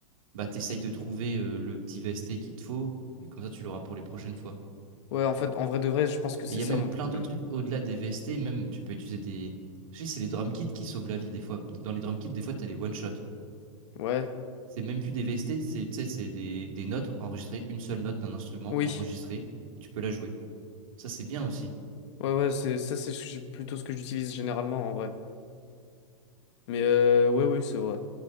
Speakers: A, on the right; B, on the left.
A: bah t'essayes de trouver euh, le petit vesté qu'il te faut. Et comme ça, tu l'auras pour les prochaines fois.
B: Ouais, en fait, en vrai de vrai, je pense que c'est
A: Et il y
B: ça
A: a même
B: mon
A: plein
B: problème.
A: d'autres trucs au-delà des VST, même tu peux utiliser des. Je sais, c'est les drum kits qui sauvent la vie des fois. Dans les drum kits, des fois, t'as les one-shot.
B: Ouais.
A: C'est même plus des VST, c'est tu sais, c'est des, des notes enregistrées, une seule note d'un instrument
B: Oui.
A: enregistrée, et tu peux la jouer. Ça, c'est bien aussi.
B: Ouais, ouais, c'est ça, c'est ce que j'ai- plutôt ce que j'utilise généralement en vrai. Mais euh, ouais, oui, c'est vrai.